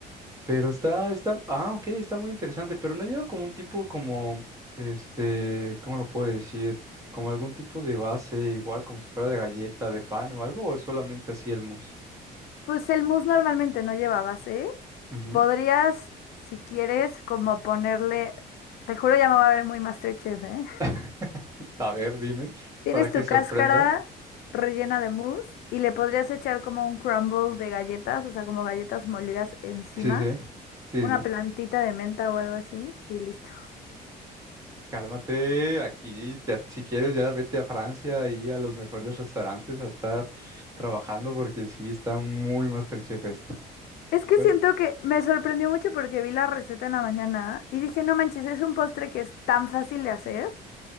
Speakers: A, on the right (about 20°); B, on the left (about 70°).
A: Pero está, está, ah, ok, está muy interesante, pero no lleva como un tipo como, este, ¿cómo lo puedo decir? Como algún tipo de base, igual como si fuera de galleta, de pan o algo, o es solamente así el mousse.
B: Pues el mousse normalmente no lleva base.
A: Ujú.
B: Podrías, si quieres, como ponerle, te juro ya me va a ver muy MasterChef, ¿eh?
A: <laughs> A ver, dime,
B: <laughs> Tienes
A: para que
B: tu
A: sorprenda.
B: cáscara rellena de mousse y le podrías echar como un crumble de galletas, o sea, como galletas molidas encima,
A: Sí, sí, sí,
B: una
A: sí.
B: plantita de menta o algo así y listo.
A: Cálmate, aquí, ya, si quieres, ya vete a Francia, y a los mejores restaurantes a estar trabajando, porque sí está muy MasterChef esto.
B: Es que
A: Bueno,
B: siento que me sorprendió mucho porque vi la receta en la mañana y dije, no manches, es un postre que es tan fácil de hacer.